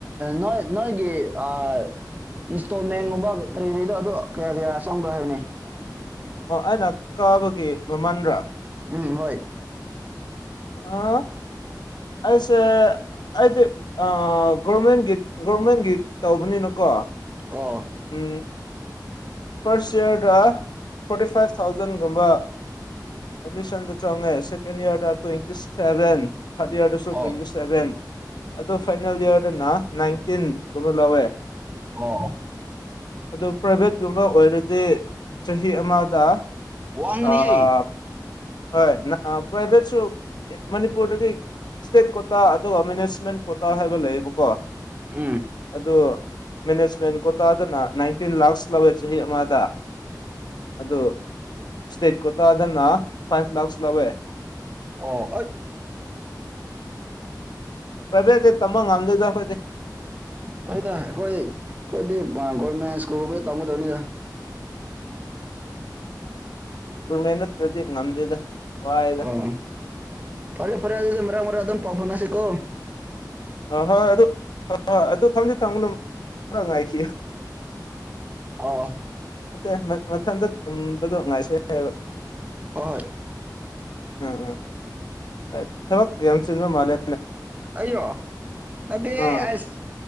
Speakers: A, on the right; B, on the left.
A: ꯅꯣꯏ ꯅꯣꯏꯒꯤ ꯑ ꯏꯟꯁꯇꯣꯜꯃꯦꯟꯒꯨꯝꯕ ꯀꯔꯤ ꯀꯔꯤꯗꯣ ꯑꯗꯣ ꯀꯌꯥ ꯀꯌꯥ ꯆꯪꯕ꯭ꯔꯣ ꯍꯥꯏꯕꯅꯦ
B: ꯑꯣ ꯑꯩꯅ ꯀꯥꯕꯒꯤ ꯃꯃꯟꯗ꯭ꯔꯥ
A: ꯎꯝ ꯍꯣꯏ
B: ꯑ ꯑꯩꯁꯦ ꯑꯩꯗꯤꯦ ꯒꯣꯔꯃꯦꯟꯒꯤ ꯒꯣꯔꯃꯦꯟꯒꯤ ꯇꯧꯕꯅꯤꯅꯀꯣ
A: ꯑꯣ
B: ꯎ ꯐꯥꯔꯁ ꯏꯌꯥꯔꯗ forty five ꯊꯥꯎꯖꯟꯒꯨꯝꯕ ꯑꯦꯗꯃꯤꯁꯟꯗ ꯆꯣꯡꯉꯦ second year ꯇ꯭ꯋꯇꯤ seven ꯊꯥꯔꯠ ꯏꯔꯗꯁꯨ
A: ꯑꯣ
B: ꯇ꯭ꯋꯦꯟꯇꯤ ꯁꯕꯦꯟ ꯑꯗꯣ ꯐꯥꯏꯅꯦꯜ ꯏꯔꯗꯅ ꯅꯥꯏꯟꯇꯤꯟ ꯑꯃ ꯂꯧꯥꯛꯋꯦ
A: ꯑꯣ
B: ꯑꯗꯣ ꯄ꯭ꯔꯥꯏꯚꯦꯠ ꯑꯃ ꯑꯣꯏꯔꯗꯤ ꯆꯍꯤ ꯑꯃꯗ
A: ꯋꯥꯪꯅꯤꯍꯩ
B: ꯑꯥ ꯍꯣꯏ ꯄ꯭ꯔꯥꯏꯚꯦꯠꯁꯨ ꯃꯅꯤꯄꯨꯔꯗꯗꯤ ꯏꯁꯇꯦꯠ ꯀꯣꯇꯥ ꯑꯗꯨꯒ ꯃꯦꯅꯦꯖꯃꯦꯟ ꯀꯣꯇꯥ ꯍꯥꯏꯕ ꯂꯩꯌꯦꯕꯀꯣ
A: ꯎꯝ
B: ꯑꯗꯨ ꯃꯦꯅꯦꯖꯃꯦꯟ ꯀꯣꯇꯥꯥꯗꯅ ꯅꯥꯏꯟꯇꯤꯟ ꯂꯥꯛꯁ ꯂꯧꯋꯦ ꯆꯍꯤ ꯑꯃꯗ ꯑꯗꯨ ꯁꯇꯦꯠ ꯀꯠꯇꯗꯅ ꯐꯥꯏꯚ ꯂꯥꯛꯁ ꯂꯧꯋꯦ
A: ꯑꯣ
B: ꯄꯚꯦ ꯇꯃꯥꯡ ꯑꯝꯗ ꯇꯈꯣꯏ
A: ꯍꯣꯏꯗ ꯑꯩꯈꯣꯏ ꯑꯩꯈꯣꯏꯗꯤ ꯒꯣꯔꯃꯦꯟ ꯁ꯭ꯀꯨꯜꯒꯨꯝꯕꯗ ꯇꯝꯒꯗꯕꯅꯤꯗ
B: ꯎꯝꯃꯦꯦꯟ ꯅꯠꯇ꯭ꯔꯗꯤ ꯉꯝꯗꯦꯗ ꯋꯥꯏꯗ
A: ꯑꯣ ꯐꯔꯦ ꯐꯔꯦ ꯑꯗꯨ ꯑꯗꯨ ꯃꯔꯥꯡ ꯃꯔꯥꯡ ꯑꯗꯨ ꯑꯗꯨꯝ ꯄꯥꯐꯟꯅꯁꯤꯦꯀꯣ
B: ꯍꯣꯏ ꯍꯣꯏ ꯑꯗꯨ ꯍꯣꯏ ꯍꯣꯏ ꯑꯗꯨ ꯊꯝꯖ ꯊꯝꯃꯅ ꯈꯔ ꯉꯥꯏꯈꯤ
A: ꯑꯣ ꯍꯣꯏ
B: ꯑ ꯃꯊꯟꯇ ꯊꯝꯕꯗꯣ ꯉꯥꯏꯁ ꯍꯥꯏꯕ
A: ꯍꯣꯏ
B: ꯎꯝ ꯎꯝ ꯊꯥꯕꯛ ꯌꯥꯝ ꯆꯤꯟꯕꯥ ꯃꯥꯂꯦ
A: ꯑꯩꯔꯣ ꯅꯠꯇꯦ
B: ꯑꯥ
A: ꯑꯁ